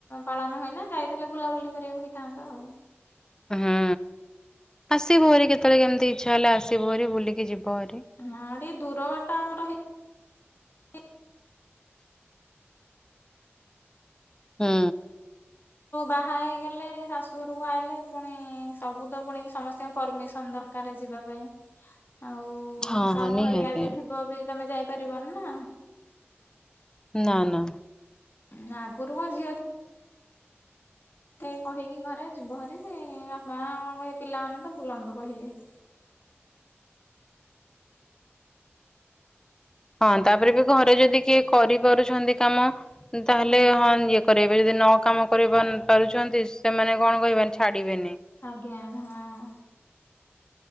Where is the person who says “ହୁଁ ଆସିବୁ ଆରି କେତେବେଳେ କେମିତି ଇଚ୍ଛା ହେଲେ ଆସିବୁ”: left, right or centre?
Left